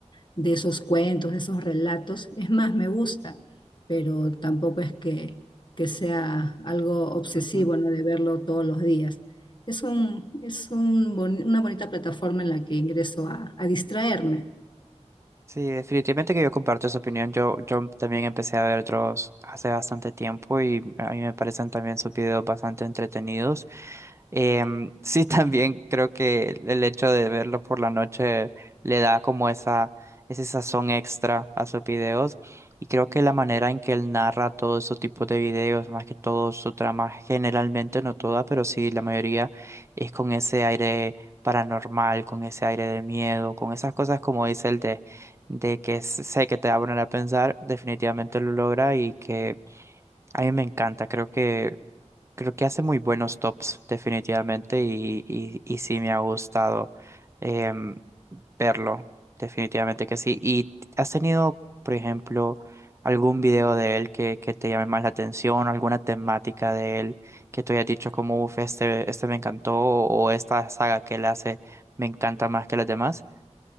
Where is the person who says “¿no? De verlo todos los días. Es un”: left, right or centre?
Left